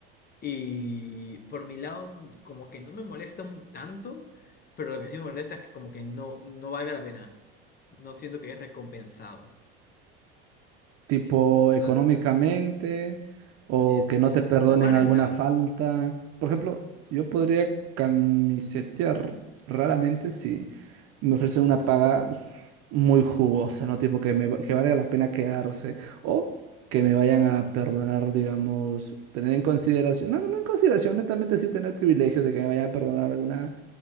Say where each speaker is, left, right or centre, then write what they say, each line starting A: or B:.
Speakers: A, on the left (about 30°); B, on the right (about 50°).
A: Y por mi lado, como que no me molesta un tanto, pero lo que sí me molesta es que como que no, no valga la pena. No siento que es recompensado.
B: tipo
A: En- o
B: económicamente
A: sea,
B: o
A: es,
B: que no
A: es
B: te perdonen
A: por varios
B: alguna
A: lados.
B: falta. Por ejemplo, yo podría camisetear raramente si me ofrecen una paga s- muy jugosa, ¿no? Tipo que me, va- que valga la pena quedarse o que me vayan a perdonar, digamos, tener en consideración, no, no en consideración, netamente sí tener privilegio de que me vayan a perdonar alguna